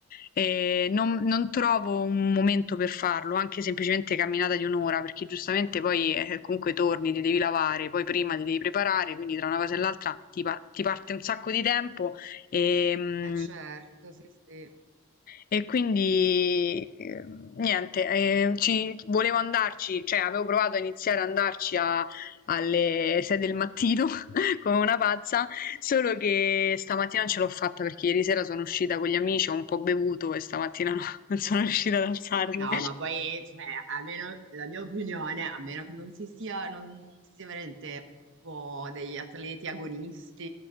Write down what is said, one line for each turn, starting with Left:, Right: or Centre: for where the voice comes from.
Left: E non, non trovo un momento per farlo, anche semplicemente camminata di un'ora, perché giustamente poi eh, comunque torni, ti devi lavare, poi prima ti devi preparare, quindi tra una cosa e l'altra ti, pa- ti parte un sacco di tempo e, mm,
Right: eh certo, sì sì.
Left: e quindi eh, niente, eh, ci- volevo andarci, cioè avevo provato a iniziare ad andarci a- alle 6 del mattino <laughs> come una pazza, solo che stamattina non ce l'ho fatta perché ieri sera sono uscita con gli amici, ho un po' bevuto e stamattina no, <laughs> non sono riuscita ad alzarmi.
Right: No, ma poi, cioè, a meno, la mia opinione, a meno che non si sia, non si sia veramente proprio degli atleti agonisti,